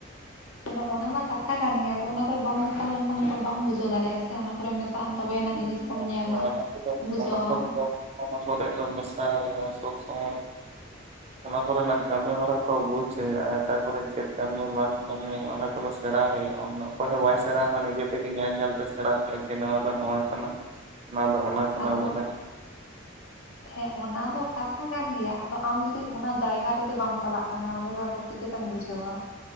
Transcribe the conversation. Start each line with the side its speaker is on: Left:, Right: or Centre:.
Left: ᱦᱮᱸ ᱟᱫᱚ ᱚᱱᱟ ᱢᱟ ᱠᱟᱛᱷᱟ ᱠᱟᱱ ᱜᱮᱭᱟ ᱟᱫᱚ ᱚᱱᱟ ᱠᱚᱨᱮ ᱵᱟᱢ ᱢᱮᱥᱟ ᱞᱮᱱᱠᱷᱟᱱ ᱛᱚ ᱵᱟᱢ ᱵᱩᱡᱷᱟᱹᱣ ᱫᱟᱲᱮᱭᱟᱜᱼᱟ ᱥᱮ ᱚᱱᱟ ᱠᱚᱨᱮ ᱢᱮᱥᱟᱜ ᱟᱢ ᱛᱚᱵᱮᱭᱟᱱᱟᱜ
Right: ᱚᱱᱟ
Left: ᱡᱤᱱᱤᱥ ᱠᱚᱢ ᱧᱮᱞᱟ
Right: ᱠᱚᱫᱚ
Left: ᱵᱩᱡᱷᱟᱹᱣᱟᱢ
Right: ᱚᱱᱟ ᱠᱚᱨᱮ
Left: ᱾
Right: ᱫᱚ ᱚᱱᱟ ᱠᱚᱨᱮᱜ ᱫᱚ ᱢᱮᱥᱟ ᱥᱚᱵ ᱥᱚᱢᱚᱭ ᱚᱱᱟ ᱠᱚᱨᱮᱱᱟᱜ ᱠᱟᱹᱢᱤ ᱦᱚᱨᱟ ᱠᱚ ᱵᱩᱡ ᱦᱩᱭᱩᱜᱼᱟ ᱟᱠᱟ ᱠᱚᱨᱮ ᱪᱮᱫ ᱠᱟᱹᱢᱤ ᱵᱟᱝ ᱠᱟᱹᱢᱤ ᱚᱱᱟ ᱠᱚᱫᱚ ᱥᱮᱬᱟ ᱦᱩᱭᱩᱜᱼᱟ ᱾ ᱚᱠᱚᱭ ᱦᱚᱸ ᱵᱟᱭ ᱥᱮᱬ ᱟᱢᱟ ᱱᱤᱡᱮ ᱛᱮᱜᱮ ᱧᱮᱞ ᱧᱮᱞᱛᱮ ᱥᱮᱬᱟ ᱮᱱᱛᱮ ᱱᱚᱣᱟ ᱫᱚ ᱱᱚᱣᱟ ᱚᱱᱟ ᱫᱚ ᱚᱱᱟ ᱠᱟᱱᱟ
Left: ᱟᱫᱚ
Right: ᱵᱚᱞᱮ <inaudible>
Left: ᱦᱮᱸ ᱚᱱᱟ ᱫᱚ ᱠᱟᱛᱷᱟ ᱠᱟᱱ ᱜᱮᱭᱟ ᱟᱫᱚ ᱟᱢ ᱡᱩᱫᱤ ᱚᱱᱟ ᱡᱟᱭᱜᱟ ᱨᱮᱜᱮ ᱵᱟᱢ ᱪᱟᱞᱟᱜ ᱠᱟᱱᱟ ᱚᱸᱰᱮ ᱫᱚ ᱟᱫᱚ ᱪᱤ ᱠᱟᱹᱛᱮᱢ ᱵᱩᱡᱷᱣᱟ,